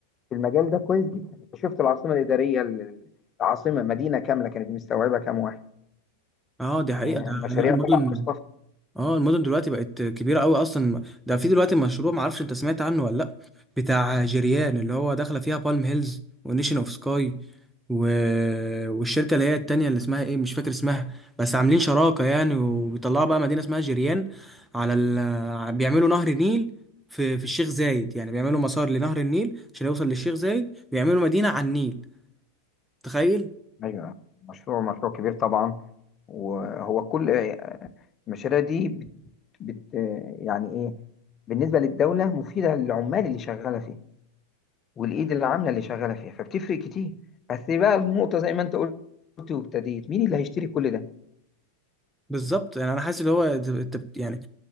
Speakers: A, on the left (about 25°); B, in the centre.
A: في المجال ده كويس جدا انت شفت العاصمه الاداريه ال- العاصمه مدينه كامله كانت مستوعبه كام واحد
B: اه دي حقيقة
A: آه،
B: ده
A: مشاريع
B: لا المدن
A: طلعت مصطفى
B: اه المدن دلوقتي بقت كبيره قوي اصلا ده في دلوقتي مشروع معرفش انت سمعت عنه ولا لا بتاع جيريان اللي هو داخله فيها بالم هيلز ونيشن اوف سكاي و... والشركه اللي هي التانية اللي اسمها ايه مش فاكر اسمها بس عاملين شراكه يعني وبيطلعوا بقى مدينه اسمها جيريان على ال... بيعملوا نهر النيل في في الشيخ زايد يعني بيعملوا مسار لنهر النيل عشان يوصل للشيخ زايد بيعملوا مدينه على النيل تخيل
A: ايوه مشروع مشروع كبير طبعا وهو كل آه، المشاريع دي بت بت آه، يعني ايه بالنسبه للدوله مفيده للعمال اللي شغاله فيها والايد اللي عامله اللي شغاله فيها فبتفرق كتير بس بقى النقطه زي ما انت قلت وابتديت مين اللي هيشتري كل ده؟
B: بالظبط يعني انا حاسس اللي هو انت- انت- يعني